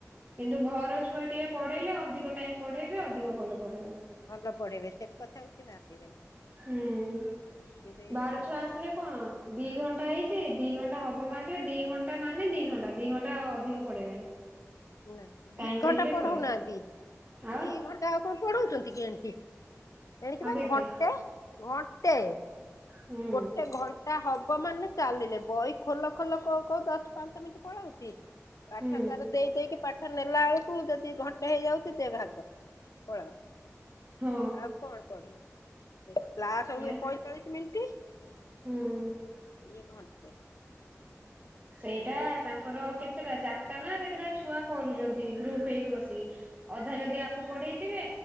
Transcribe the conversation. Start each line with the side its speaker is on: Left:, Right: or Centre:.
Right: କିନ୍ତୁ ଘର ଛୁଆ ଟିକେ ପଢେଇଲେ ଅଧିକ ଟାଇମ୍ ପଢେଇବେ ଅଧିକ ଭଲ ପଢେଇବେ।
Left: ଭଲ ପଢ଼େଇବେ। ସେ କଥାକୁ କିଏ ଭାବିବେନି।
Right: ହୁଁ
Left: ଭାବିବେ
Right: ବାହାର
Left: ଏଇଆ
Right: ଛୁଆ
Left: ଆଉ
Right: ଆସି ହେଲେ କଣ? ଦି ଘଣ୍ଟା ହେଇଛି। ଦି ଘଣ୍ଟା ହବ ମାତ୍ରେ ଦି ଘଣ୍ଟା ମାନେ ଦି ଘଣ୍ଟା। ଦି ଘଣ୍ଟା ଆଉ ଅଧିକ ପଢେଇବେନି।
Left: ନା ଦି
Right: ଟାଇମ
Left: ଘଣ୍ଟା
Right: ଦେଖିଲେ
Left: ପଢଉନାହାନ୍ତି
Right: ପଳେଇବେ ଆଉ
Left: ଦି ଘ ସିଏ ଆଉ କଣ ପଢଉଛନ୍ତି କି ଏଣିକି? ଏଣିକିବା
Right: ଆଉ କେତେ
Left: ଘଣ୍ଟେ? ଘଣ୍ଟେ।
Right: ହୁଁ।
Left: ଗୋଟେ ଘଣ୍ଟା ହବ ମାନେ ଚାଲିଲେ। ବହି ଖୋଲ ଖୋଲ କହୁ କହୁ ଦଶ୍ ପାଞ୍ଚ ମିନିଟ୍ ପଳଉଚି ପାଠ
Right: ହୁଁ
Left: ତାର ଦେଇ ଦେଇକି ପାଠ ନେଲା ବେଳକୁ ଯଦି ଘଣ୍ଟେ ହେଇଯାଉଛି ଦେ ଭାର୍କର ପଳାଅ
Right: ହଁ
Left: ଆଉ କଣ ପଢିବ କ୍ଲାସ୍ ହୁଏ
Right: ଏ
Left: ପଇଁଚାଳିଶି ମିଣ୍ଟି ଇଏ
Right: ହୁଁ।
Left: ଘଣ୍ଟେ।
Right: ସେଇଟା
Left: ଆଉ
Right: ତାଙ୍କ
Left: ଏଇ
Right: ତାଙ୍କର କେତେଟା ଚାରିଟା ନା କେତେଟା ଛୁଆ କରୁଛନ୍ତି ଗ୍ରୁପ ହେଇ ବସିିକ ଅଧା ଯଦି ଆ କୁ ପଢେଇଥିବେ